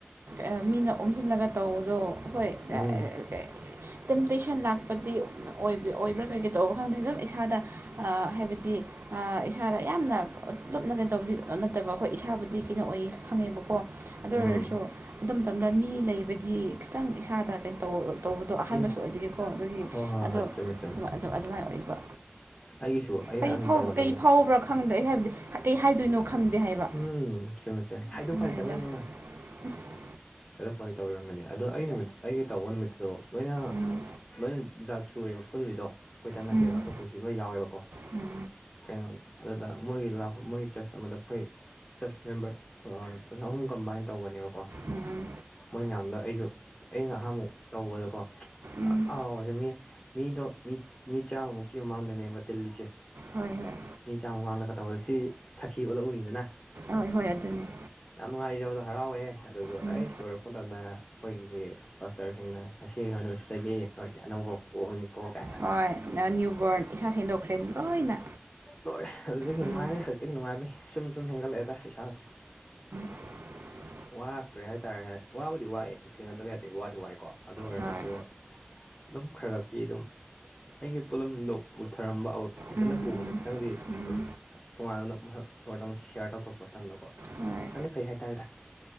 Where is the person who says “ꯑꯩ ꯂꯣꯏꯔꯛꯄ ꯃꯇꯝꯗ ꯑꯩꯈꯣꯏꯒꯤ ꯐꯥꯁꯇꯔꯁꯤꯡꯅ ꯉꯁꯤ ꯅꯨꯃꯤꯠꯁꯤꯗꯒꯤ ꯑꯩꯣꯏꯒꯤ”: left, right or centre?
Left